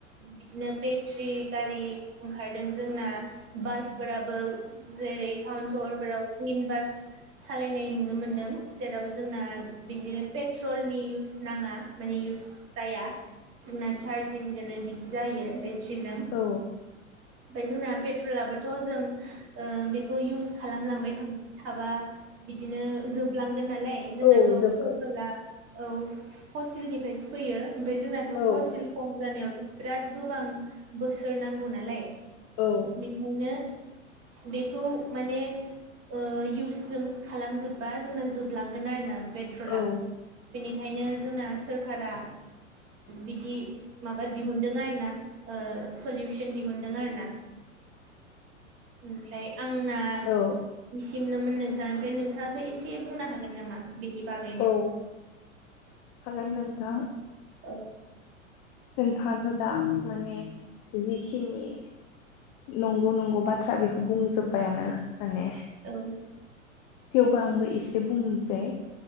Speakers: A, on the right (about 30°); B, on the left (about 20°).
A: बिदिनो बेथ्रि गारि ओंखारदों जोंना बासफोरा बो जेरै टाउन सहरफोराव ग्रिन बास सालायनाय नुनो मोनदों जेराव जोंना बिदिनो पेट्रलनि इउस नाङा माने इउस जाया जोंना चार्जिं जोनो बिदि जायो बेट्रिजों ओमफ्राय
B: औ
A: जोंना पेट्रलाबोथ' जों ओ बेखौ इउस खालामलांबाय थाबा बिदिनो जोबलांगोन नालाय जोंनाथ'
B: औ जोबगोन
A: ला औ फसिलनिफ्रायसो फैयो ओमफ्राय जोंनाथ'
B: औ
A: फसिल खम जानायावथ' बिराद गोबां बोसोर नांगौ नालाय
B: औ
A: बिखायनो बेखौ माने ओ इउस जों खालामजोब्बा जोंना जोबलांगोन आरोना पे ट्रला
B: औ
A: बेनिखायनो जोंना सोरखारा बिदि माबा दिहुनदों आरो ना ओ सलिउसन दिहुनदों आरो ना ओमफ्राय आंना
B: औ
A: बिसिमनोमोन नोंथाङा ओमफ्राय नोंथाङाबो एसे बुंनो हागोन नामा बेनि बागैनो
B: औ हागोन नोंथां
A: औ
B: नोंथाङाथ' दा माने जिखिनि नंगौ नंगौ बाथ्रा बेखौ बुंजोब्बायानो माने
A: औ
B: थेवबो आंबो एसे बुंनोसै